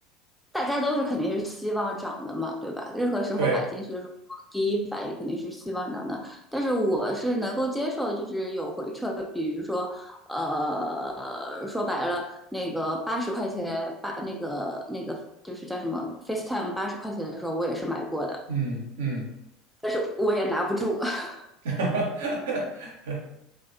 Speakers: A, in the centre; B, on the right.
A: 大家都是肯定是希望涨的嘛，对吧？任何时候买进去的时候，
B: 对，
A: 第一反应肯定是希望涨的。但是我是能够接受，就是有回撤，比如说呃，说白了，那个八十块钱八那个那个就是叫什么 FaceTime 八十块钱的时候，我也是买过的。
B: 嗯嗯，
A: 但是我也拿不住，<laughs>
B: <laughs>